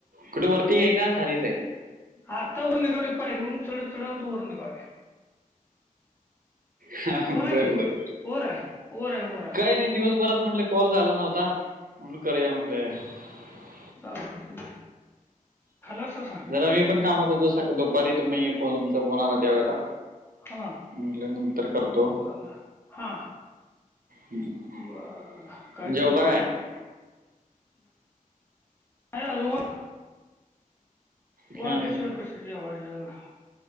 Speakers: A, on the right (about 75°); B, on the left (about 15°).
A: कुठे वरती आहे का खालीच आहे <unintelligible>
B: आता वर निघावी पायरीवररून चढत चढत वर निघावी <unintelligible>
A: हा
B: बोला
A: बरबर
B: की वर आहे वर आहे वर आहे
A: काय नाही दिवसभरात म्हटलं <unintelligible> कॉल झाला नव्हता म्हणून करूया म्हंटले <unintelligible>
B: लते खलास सांग <unintelligible>
A: जरा मी पण कामात होतो सका दुपारी तुम्ही तचा फोन आला त्यावेेळेला
B: हा
A: <unintelligible> म्हणल नंतर करतो?
B: बर हा
A: <unintelligible>
B: बर चाललंय
A: जेवला
B: मग
A: काय? <unintelligible>
B: हॅलो! <unintelligible>
A: हा,
B: वाढल्या शिवाय कस जेवायच. <unintelligible>